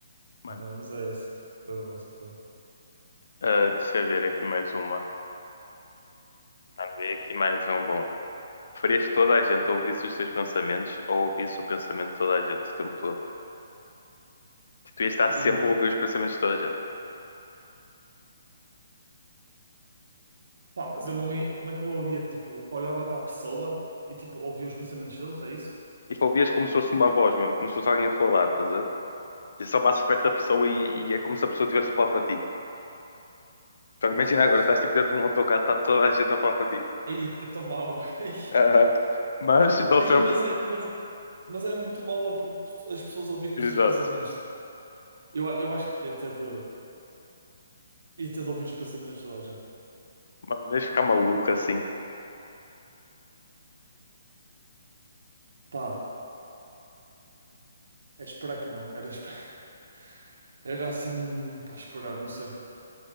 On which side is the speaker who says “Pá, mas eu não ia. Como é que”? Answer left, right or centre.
Right